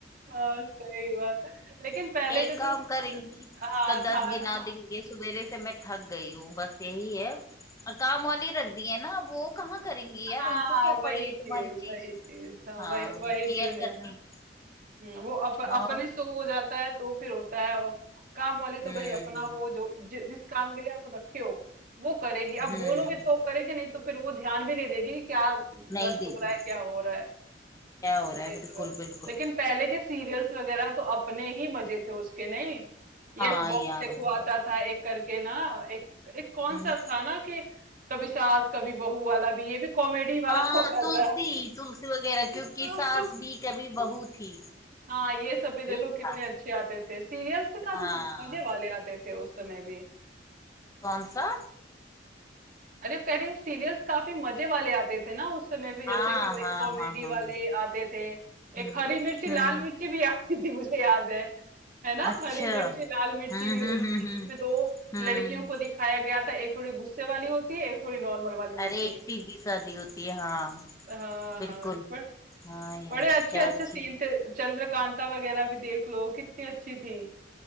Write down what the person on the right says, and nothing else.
हाँ सही बात लेकिन
पहले
के
तो
हाँ
था
ना
हाँ
वही
चीज
वही चीज हाँ
वही वही
चीज है
हम्म, वो अप,
अपने से हो जाता है तो फिर होता है और काम वाली तो
भाई अपना वो जो जि, जिस काम के लिए आप रखे हो वो करेगी आप
बोलोगे तो करेगी नहीं तो फिर वो ध्यान भी नहीं देगी कि क्या
डस्ट
हो रहा है क्या हो रहा है
हम्म,
ये
तो है
लेकिन पहले के सीरियल्स वगैरह तो अपने ही मजे थे उसके नहीं यस
बॉस
देखो
आता था एक करके ना एक एक कौन
सा था ना कि कभी सास कभी बहू वाला भी ये भी कॉमेडी वाला
<laughs> होता
था
<laughs>
हाँ ये सब भी देखो
कितने
अच्छे आते थे सीरियल्स भी काफी
मजे वाले आते थे उस समय भी
अरे कह रहे सीरियल्स काफी मजे वाले आते थे ना उस समय भी जैसे
कि वही
कॉमेडी
वाले आते थे
एक हरी मिर्ची लाल
मिर्ची भी <laughs> आती थी मुझे याद है है ना
हरी मिर्ची लाल मिर्ची
भी होती
थी जिसमें दो
लड़कियों को दिखाया गया था एक थोड़ी गुस्से वाली होती है एक थोड़ी नॉर्मल वाली
होती
है
हाँ
हाँ बड़,
बड़े अच्छे
अच्छे
सीन थे चंद्रकांता वगैरह भी देख लो कितनी अच्छी थी